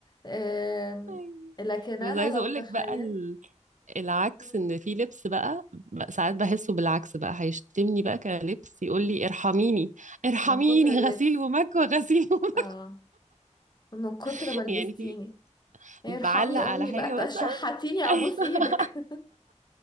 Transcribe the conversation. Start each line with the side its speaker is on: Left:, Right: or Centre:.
Left: آم،
Right: أيوة.
Left: لكن
Right: بس
Left: انا
Right: عايزه
Left: لو
Right: اقول
Left: تخيل
Right: لك بقى ال- العكس
Left: مم،
Right: ان في لبس بقى بقى ساعات بحسه بالعكس بقى هيشتمني بقى كلبس يقول لي ارحميني ارحميني
Left: من كتر اللبس
Right: غسيل ومكوى غسيل ومكوى
Left: اه من كتر
Right: <laughs>
Left: ما لبستيني
Right: يعني في
Left: ارحمي
Right: بعلق
Left: امي
Right: على حاجه
Left: بقى تشحتيني
Right: مثلا
Left: ابوس
Right: <laughs>
Left: ايدك